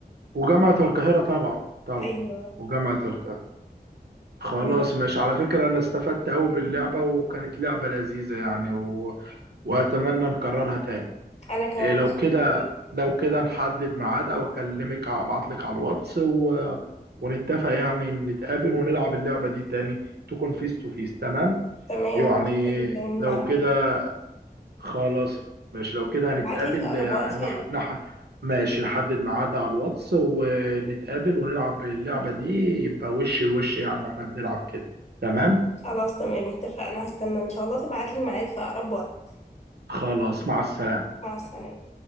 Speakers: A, on the right; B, on the left.
A: وجامعة القاهرة طبعا طبعا
B: ايوه
A: وجامعة القاهرة خلاص
B: تمام
A: ماشي على فكرة أنا استفدت أوي باللعبة وكانت لعبة لذيذة يعني و... وأتمنى نكررها تاني
B: انا كمان
A: إيه لو
B: مبسوطة
A: كده
B: جدا
A: لو كده نحدد ميعاد أو أكلمك أبعت لك على الواتس و... ونتفق يعني نتقابل ونلعب اللعبة دي تاني تكون فيس تو فيس تمام
B: تمام
A: يعني
B: مبسوطة جدا من
A: لو
B: المعلومات
A: كده خلاص ماشي لو كده هنتقابل
B: ابعت لي في اقرب
A: آه،
B: وقت
A: نح...
B: يا ريت
A: نح... ماشي نحدد ميعاد على الواتس ونتقابل ونلعب اللعبة دي يبقى وش لوش يعني واحنا بنلعب كده تمام
B: خلاص تمام اتفقنا هستنى ان شاء الله تبعت لي ميعاد في اقرب وقت
A: خلاص مع السلامة
B: مع السلامة